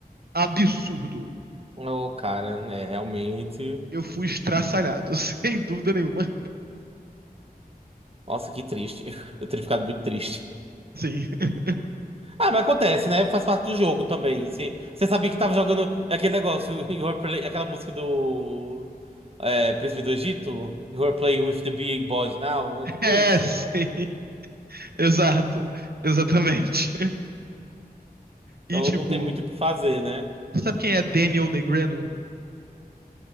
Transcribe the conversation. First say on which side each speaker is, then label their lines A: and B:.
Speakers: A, on the right; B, on the right.
A: absurdo.
B: Ô, cara, né? Realmente.
A: Eu fui estraçalhado, <laughs> sem dúvida nenhuma.
B: Nossa, que triste. <laughs> Eu teria ficado muito triste.
A: Sim. <laughs>
B: Ah, mas acontece, né? Faz parte do jogo também. Você você sabia que tava jogando aquele negócio, <laughs> you are play- aquela música do é, Príncipe do Egito? You are playing with the big boys now. É tipo
A: É,
B: isso.
A: sim.
B: Hum,
A: Exato. Exatamente. E
B: Então
A: tipo,
B: não tem muito o que fazer, né?
A: sabe quem é Daniel Negreanu?